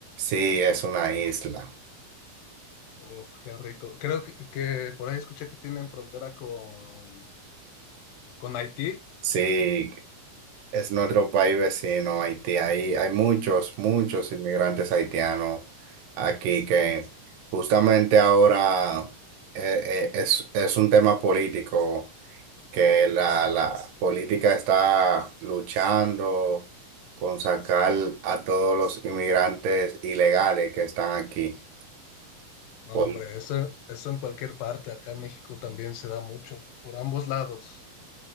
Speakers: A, on the right; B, on the left.
A: Sí, es una isla.
B: Uf, qué rico. Creo que, que por ahí escuché que tienen frontera con, con Haití.
A: Sí, Es nuestro país vecino, Haití. Hay, hay muchos, muchos inmigrantes haitianos aquí que justamente ahora eh, eh, es, es un tema político, que la, la política está luchando con sacar a todos los inmigrantes ilegales que están aquí.
B: No,
A: Por,
B: hombre, eso, eso en cualquier parte, acá en México también se da mucho, por ambos lados.